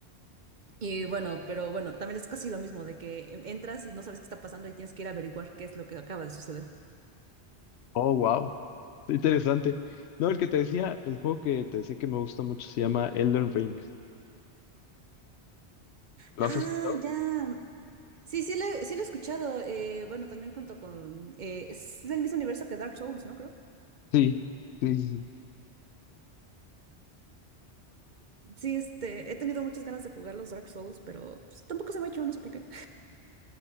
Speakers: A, on the right (about 50°); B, on the left (about 75°).
A: y bueno, pero bueno, también es casi lo mismo de que entras y no sabes qué está pasando y tienes que ir a averiguar qué es lo que acaba de suceder.
B: Oh, wow. Interesante. No, el que te decía, el juego que te decía que me gusta mucho se llama Elden Ring. ¿Lo
A: Ah,
B: has escuchado?
A: ya. Sí, sí lo, sí lo he escuchado. eh, bueno, también junto con... eh, es del mismo universo que Dark Souls, ¿no? Creo.
B: Sí, sí, sí. sí.
A: Sí, este, he tenido muchas ganas de jugar los Dark Souls, pero pues, tampoco se me ha hecho, no sé por qué.